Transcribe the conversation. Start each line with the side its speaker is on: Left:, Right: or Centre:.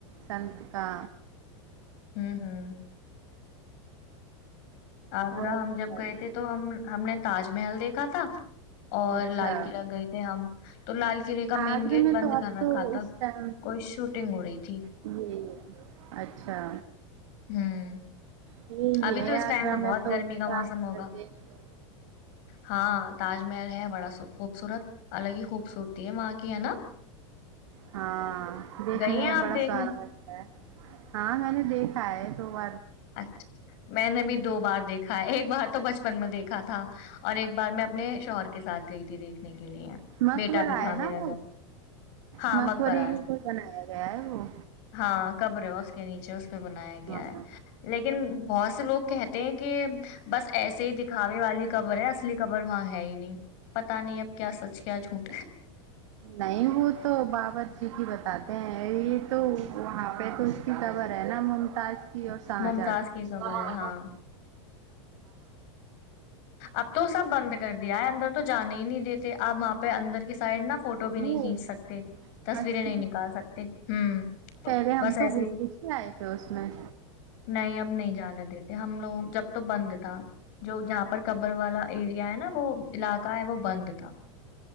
Right: سن کا
Left: ہوں ہوں آگرہ
Right: اور
Left: ہم
Right: بتائیے
Left: جب گئے تھے تو ہم ہم نے تاج محل دیکھا تھا اور
Right: اچھا
Left: لال قلعہ گئے تھے ہم تو لال قلعے کا مین
Right: آگرے
Left: گیٹ
Right: میں
Left: بند
Right: تو اب
Left: کر
Right: تو
Left: رکھا تھا
Right: اس ٹائم
Left: کوئی شوٹنگ ہو رہی تھی
Right: ج اچھا
Left: ہوں
Right: یہ
Left: ابھی
Right: یہ
Left: تو اس ٹائم
Right: آگرہ میں
Left: بہت
Right: تو
Left: گرمی کا
Right: چار
Left: موسم ہوگا
Right: مل دیکھ لو
Left: ہاں تاج محل ہے بڑا خوبصورت الگ ہی خوبصورتی ہے وہاں کی ہے نا
Right: ہاں دیکھنے
Left: گئی ہیں
Right: میں
Left: آپ
Right: بڑا
Left: دیکھنے
Right: سونا لگتا ہے ہاں میں نے دیکھا ہے توو
Left: اچھا میں نے بھی دو بار دیکھا ایک بار تو بچپن میں دیکھا تھا اور ایک بار میں اپنے شوہر کے ساتھ گئی تھی دیکھنے کی لیے
Right: مقبرہ
Left: بیٹا بھی تھا
Right: ہے نا
Left: میرا
Right: وہ
Left: جب ہاں
Right: مقبرے
Left: مکبرہ ہے
Right: کے اوپر بنایا گیا ہے وہ
Left: ہاں قبر اس کے نیچے اس کے اس پہ بنایا گیا
Right: ہاں
Left: ہے لیکن بہت سے لوگ کہتے ہیں کہ بس ایسے ہی دکھاوے والی خبر ہے اصلی خبر خر ماں ہے ہی نہیں پتا نہیں اب کیا سچ کیا جھوٹ
Right: نہیں وہ تو باورور جی کی بتاتے ہیں ا یہ تو وہاں پہ تو اس کی خبر ہے نا ممتاز کی اور ساہ
Left: ممتاز
Right: ج آ
Left: کی خبر ہے ہاں
Right: گی
Left: اب تو سب بند کر دیا ہے اندر تو جانے ہی نہیں دیتے آپ ماںپ پ اندر کی سائڈ نہا فوٹو بھی نہیں
Right: وہ
Left: کھینچ سکتے تصویریں
Right: اچھا
Left: نہیں نکال سکتے ہ
Right: پہلے ہم
Left: بس
Right: تو
Left: ایسے
Right: گھس
Left: ہی
Right: گھس کے آئے تھے اس میں
Left: نہیں اب نہیں جانے دیتے ہم لوگ جب تو بند تھا جو ج قبر والا ایریا ہے نا وہ علاقہ ہے وہ بند تھا